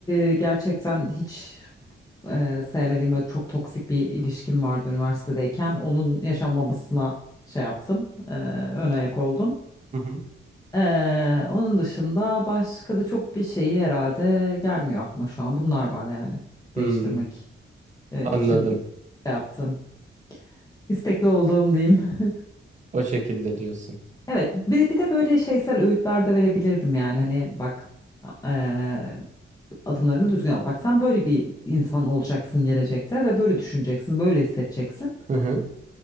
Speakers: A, on the left; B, on the right.
A: e, gerçekten hiç e, sevmediğim böyle çok toksik bir ilişkim vardı üniversitedeyken. Onun yaşanmamasına şey yaptım. E, ön ayak oldum.
B: Hı hı.
A: E, onun dışında başka da çok bir şeyi herhalde gelmiyor aklıma şu an. Bunlar var yani
B: Hmm,
A: değiştirmek e,
B: anladım.
A: için şey yaptım. İstekli olduğum diyeyim. <laughs>
B: O şekilde diyorsun.
A: Evet, bir, bir de böyle şeysel öğütler de verebilirdim yani hani bak eee, adımlarını düzgün at. Bak sen böyle bir insan olacaksın gelecekte ve böyle düşüneceksin, böyle hissedeceksin.
B: Hı hı.